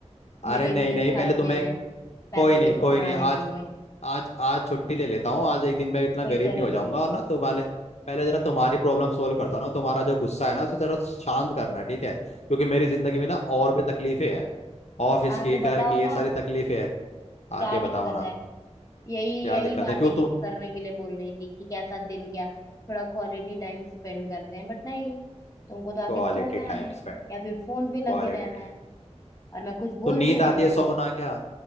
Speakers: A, on the left (about 65°); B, on the left (about 30°).
A: अरे
B: मेरे
A: नहीं
B: इतने
A: नहीं
B: खर्चे
A: पहले तुम्हें
B: हैं पैसे
A: कोई नहीं
B: भी तो
A: कोई
B: कमाने
A: नहीं आज
B: होंगे
A: आज आज छुट्टी ले लेता हूँ आज एक दिन मैं इतना
B: कोई
A: गरीब
B: जरूरत
A: नहीं हो जाऊंगा
B: नहीं
A: और ना तुम्हारे पहले जरा तुम्हारी प्रॉब्लम सोल्व करता हूँ ना तुम्हारा जो गुस्सा है ना उसे जरा शांत करना है ठीक है क्योंकि मेरी जिंदगी में ना और भी तकलीफें हैं ऑफिस
B: हाँ
A: की
B: तो
A: घर
B: बताओ
A: की ये
B: ना
A: सारी तकलीफें हैं
B: क्या
A: आके बताओ
B: दिक्कत
A: ना
B: है यही
A: क्या
B: यही
A: दिक्कत
B: बातें
A: है क्यों
B: की-
A: तुम
B: करने के लिए बोल रही थी कि कैसा दिन गया थोड़ा क्वालिटी टाइम स्पेंड करते हैं बट नहीं तुमको तो आके
A: quality
B: सोना
A: time
B: है
A: spend
B: या फिर फोन
A: quality
B: पे लगे रहना है
A: time
B: और मैं कुछ बोल
A: तो नींद
B: दूं
A: आती
B: तो फिर
A: है सोना क्या